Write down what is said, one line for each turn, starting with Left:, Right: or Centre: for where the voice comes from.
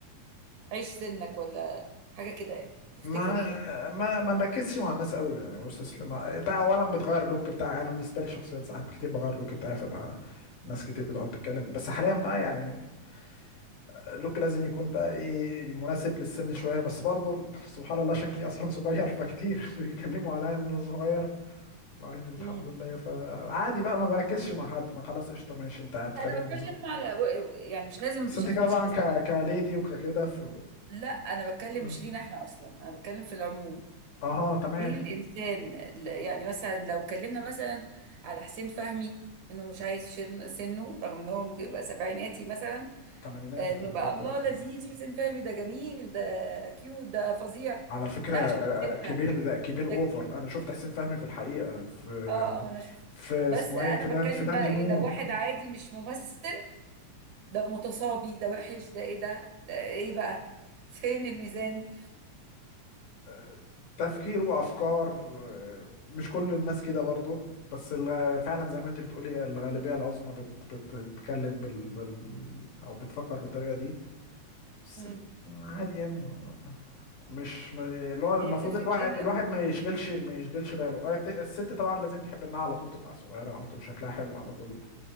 Right: عيش سنك ولا حاجه كده يعني تفتكر
Left: ما
Right: ايه
Left: ما ما نركزش مع الناس قوي يعني واستسلم انت اولا بتغير اللوك بتاع انا بالنسبه لي شخصيا ساعات كتير بغير اللوك بتاعي فبقى ناس كتير بتقعد تتكلم بس حاليا بقى يعني اللوك لازم يكون بقى ايه مناسب للسن شويه بس برضو سبحان الله شكلي اصلا صغير فكتير <laughs> بيتكلموا عليا ان انا صغير مع ان الحمد
Right: امم
Left: لله فعادي بقى ما بركزش مع حد ما خلاص قشطه ماشي انت بتكلمني
Right: انا بتكلم
Left: في صغير
Right: على يعني مش لازم
Left: بس
Right: بشكل
Left: انت كده
Right: بشخص
Left: طبعا ك... كليدي وككده ف...
Right: لا انا بتكلم
Left: <laughs>
Right: مش لينا احنا اصلا انا بتكلم في العموم
Left: اها تمام
Right: ليه الانسان ل- يعني مثلا لو اتكلمنا مثلا على حسين فهمي انه مش عايز شن- سنه رغم ان هو ممكن يبقى سبعيناتي مثلا
Left: تمانينات
Right: آه،
Left: يبقى
Right: انه
Left: دلوقتي
Right: بقى الله
Left: اكتر
Right: لذيذ حسين فهمي ده جميل ده كيوت ده فظيع
Left: على فكرة
Right: ده عشان حسين
Left: آه، كبير
Right: فهمي
Left: ده كبير اوفر
Right: لك
Left: انا شفت حسين فهمي في الحقيقة في
Right: اه اه ما انا شفت
Left: في
Right: بس
Left: اسمه
Right: انا
Left: ايه في دان
Right: بتكلم
Left: في داندي
Right: بقى ايه
Left: مول
Right: لو واحد عادي مش ممثل ده متصابي ده وحش ده ايه ده ده ايه بقى <laughs> فين الميزان
Left: آه، تفكير وافكار آه، مش كل الناس كده برضه بس الغ- فعلا زي ما انت بتقولي الغالبية العظمى بت بتتكلم بال, بال او بتفكر بالطريقة دي بس
Right: مم.
Left: عادي يعني مش ما- اللي هو المفروض
Right: هي بتفرق
Left: الواحد
Right: بين
Left: الواحد
Right: الراجل
Left: ما
Right: والست.
Left: يشغلش ما يشغلش باله آه، بت- الست طبعا لازم تحب انها على طول تبقى صغيرة على طول شكلها حلو على طول